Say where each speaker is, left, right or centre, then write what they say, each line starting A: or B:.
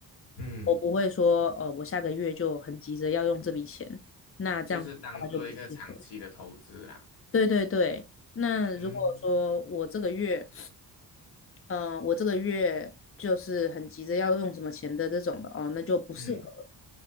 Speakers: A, on the left; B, on the left.
A: 嗯，
B: 我不会说，呃，我下个月就很急着要用这笔钱，那这样子的话就不适合。
A: 就是当做一个长期的投资啦，
B: 对对对，那如果说我这个月，
A: 嗯
B: 嗯、我这个月就是很急着要用什么钱的这种的，哦，那就不适合。
A: 嗯